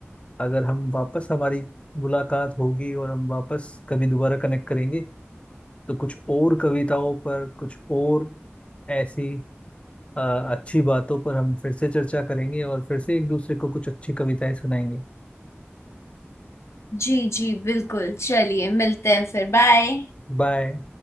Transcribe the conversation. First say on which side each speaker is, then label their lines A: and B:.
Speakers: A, on the left; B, on the left.
A: अगर हम वापस हमारी मुलाकात होगी और हम वापस कभी दोबारा कनेक्ट करेंगे तो कुछ और कविताओं पर कुछ और ऐसी अ, अच्छी बातों पर हम फिर से चर्चा करेंगे और फिर से एक दूसरे को कुछ अच्छी कविताएं सुनाएंगे
B: जी जी बिल्कुल चलिए मिलते हैं फिर बाय
A: बाय